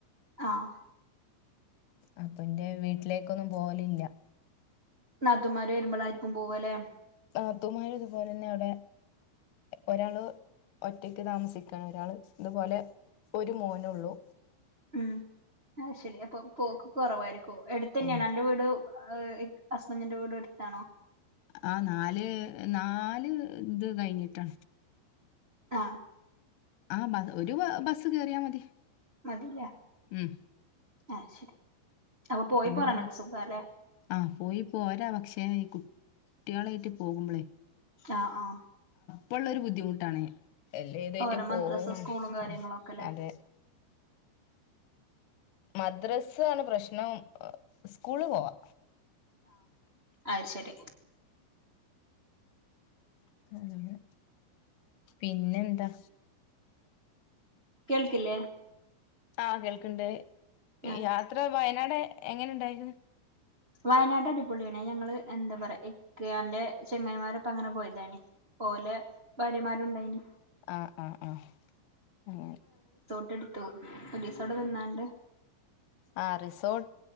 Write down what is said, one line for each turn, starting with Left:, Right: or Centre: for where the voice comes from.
Right: ആഹ്
Left: അപ്പൊന്റെ വീട്ടിലേക്കൊന്നും പോലില്ല
Right: നാത്തുമ്മാര് വരുമ്പോള ആയിരിക്കും പോവല്ലേ
Left: നാത്തൂമാര് ഇതുപോലെ തന്നെ അവിടെ ഒരാള് ഒറ്റക്ക് താമസിക്കാണ് ഒരാള് ഇതുപോലെ ഒരു മോനുള്ളൂ
Right: ഉം ആ ശരി അപ്പൊ പോക്ക് കൊ റവായിരിക്കോ എടുത്തന്നെയാണോ
Left: ഉം
Right: അന്റെ വീട് ഹസ്ബന്റിന്റെ വീടും എട്ത്താണോ
Left: ആ നാല് നാല് ഇത് കഴിഞ്ഞിട്ടാ
Right: ആ
Left: ആ ഒരു ബസ് കേറിയാ മതി.
Right: മതില്ലേ
Left: ഉം
Right: ആഹ ശരി അപ്പൊ പോയി
Left: പിന്നെ
Right: പോരാനക്കെ
Left: ഉമ്മീം
Right: സുഖാല്ലെ.
Left: ആഹ് പോയിപ്പോരാ പക്ഷേ ഈ കുട്ട്യാളായിട്ട് പോകുമ്പോളേ
Right: അ ആ
Left: ഇപ്പോ ഉള്ള ഒരു ബുദ്ധിമുട്ടാണ്. എല്ലാ ഇതായിട്ടും
Right: ഓരോ മദ്രസ
Left: പോവും വാണം
Right: സ്കൂളും കാര്യങ്ങളൊക്കെല്ലേ
Left: അതെ മദ്രസ് ആണ് പ്രശ്നം സ്കൂള് പോവാ
Right: ആഅ ശരി
Left: അ പിന്നെ ന്താ
Right: കേൾക്കില്ലേ
Left: ആഹ കേൾക്കണ്ട്
Right: ആഹ്
Left: യാത്ര വയനാടെ എങ്ങനെ ണ്ടായിരുന്നു
Right: വയനാട് അടിപൊളിയണേ ഞങ്ങള് എന്താ പറയാ ഇക്കാന്റെ ചെങ്ങായിമാരൊപ്പ അങ്ങനെ പോയതണ ഓലെ ഭാര്യമാരുണ്ടായിന്
Left: ആഹ ആഹ ആഹ ഉം
Right: ടുത്തു ഒരീസ അവ്ടെ നിന്നാണ്ട്
Left: ആഹ റിസോർട്ട്